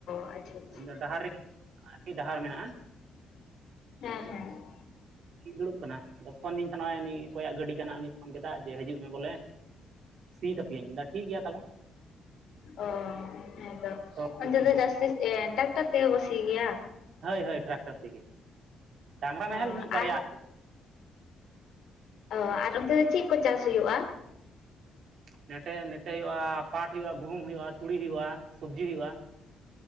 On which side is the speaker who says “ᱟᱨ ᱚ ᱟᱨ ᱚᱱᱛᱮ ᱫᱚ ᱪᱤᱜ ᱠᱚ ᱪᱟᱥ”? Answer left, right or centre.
Left